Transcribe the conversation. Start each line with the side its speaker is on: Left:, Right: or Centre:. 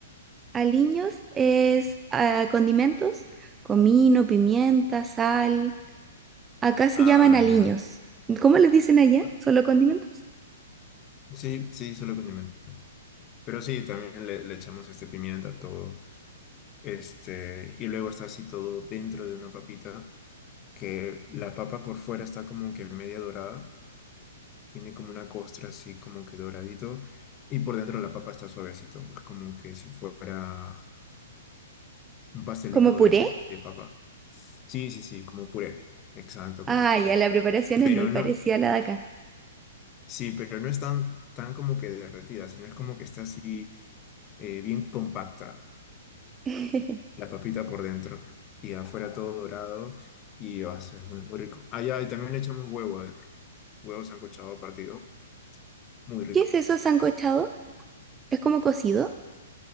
Right: Aliños es ah, condimentos, comino, pimienta, sal. Acá se
Left: Ah,
Right: llaman aliños.
Left: ya.
Right: ¿Cómo les dicen allá?
Left: Ah,
Right: ¿Solo condimentos?
Left: Sí, sí, solo condimentos. Pero sí, también le, le echamos este pimienta a todo. Este, y luego está así todo dentro de una papita, que la papa por fuera está como que media dorada, tiene como una costra así como que doradito, y por dentro la papa está suavecito, es como que si fuera un pastelito
Right: ¿Como puré?
Left: de, de, de papa. Sí, sí, sí, como puré. Exacto,
Right: Ah,
Left: como puré.
Right: ya la preparación es
Left: Pero
Right: muy parecida
Left: no,
Right: a la de acá.
Left: sí, pero no es tan, tan como que derretida, sino es como que está así eh, bien compacta.
Right: <laughs> ¿Qué
Left: la papita por dentro y afuera todo dorado y va a ser muy, muy rico. Ah, ya, y también le echamos huevo adentro, huevo sancochado partido, muy rico.
Right: es eso sancochado? ¿Es como cocido?